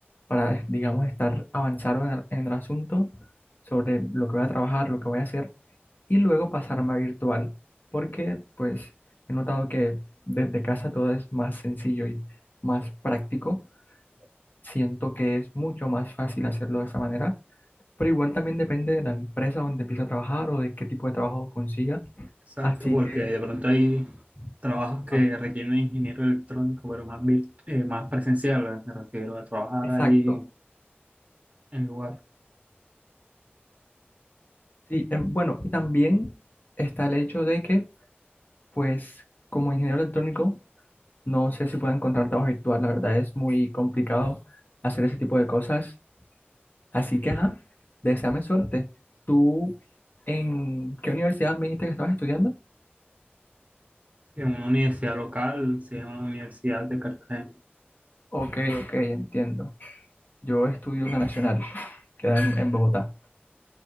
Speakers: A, on the left; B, on the right.
A: para, digamos, estar avanzado en el en el asunto sobre lo que voy a trabajar, lo que voy a hacer y luego pasarme a virtual, porque pues he notado que desde casa todo es más sencillo y más práctico. Siento que es mucho más fácil hacerlo de esa manera, pero igual también depende de la empresa donde empiece a trabajar o de qué tipo de trabajo consiga.
B: Exacto,
A: Así
B: porque
A: que,
B: de pronto hay trabajos
A: ajá,
B: que requieren un ingeniero electrónico, pero más, vir- eh, más presencial, me refiero a trabajar
A: exacto.
B: ahí en lugar,
A: Sí, em, bueno, y también está el hecho de que, pues, como ingeniero electrónico, no sé si puedo encontrar trabajo virtual, la verdad es muy complicado hacer ese tipo de cosas Así que, ajá, deséame suerte. ¿Tú en qué universidad me dijiste que estabas estudiando?
B: en una universidad local, se llama Universidad de Cartagena.
A: Ok, ok, entiendo. Yo estudio en la Nacional, queda en, en Bogotá.